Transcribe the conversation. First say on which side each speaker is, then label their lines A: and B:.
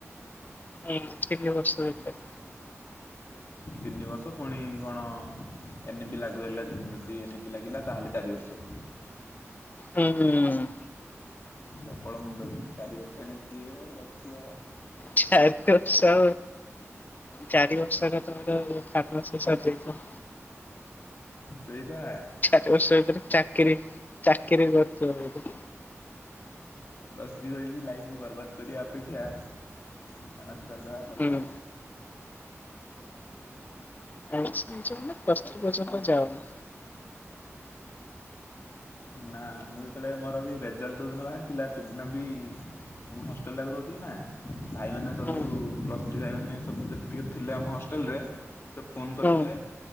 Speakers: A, on the left (about 35°); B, on the left (about 50°).
A: ହୁଁ ତିନି ବର୍ଷ ବେକାର।
B: ତିନି ବର୍ଷ ପୁଣି କଣ ଏ ନି ପି ଲାଗୁ ହେଲେ ଯଦି ଏ ନି ପି ଲାଗିଲା ତାହେଲେ ଚାରି ବର୍ଷ।
A: ହୁଁ ହୁଁ।
B: ପ୍ରବଳ ମୁଣ୍ଡ ବିନ୍ଧୁଚି ଚାରି ବର୍ଷ ଏଇନା କିଏ ଘରେ ବସିଅ।
A: ଚାରି ବର୍ଷ ଚାରି ବର୍ଷରେ ତୋମେ ଫାର୍ମାସିସ୍ ସିରିଯାଇଥିବ।
B: ସେଇବା
A: ଚାରି ବର୍ଷ ଭିତରେ ଚାକିରି ଚାକିରି କରୁଥିବ।
B: ଆ ପ୍ଲସ୍ ଥ୍ରୀ କରିକି ଲାଇଫକୁ ବର୍ବାଦ କରିବା ଅପେକ୍ଷା ଫାର୍ମାସୀ କରିଦବା ଭଲ।
A: ହୁଁ ସାଇନ୍ସ ପ୍ଲସ୍ ଥ୍ରୀ ପର୍ଯ୍ୟନ୍ତ ଯାଅନି।
B: ନା ମୁଁ ଯେତେବେଳେ ମୋର ବି ରେଜଲ୍ଟ ଯୋଉ ଦିନ ବାହାରିଥିଲା ସେଦିନ ବି ମୁଁ ହଷ୍ଟେଲ ରାକୁ ରହୁଥିଲି ନା ଭାଇମାନେ ସବୁ
A: ହଁ
B: ପ୍ଲସ ଥ୍ରୀ ଭାଇ ମାନେ ସବୁ ଯେତିକ ଥିଲେ ଆମ ହଷ୍ଟେଲ ରେ ସବୁ ଫୋନ
A: ହଁ
B: କରିଥିଲେ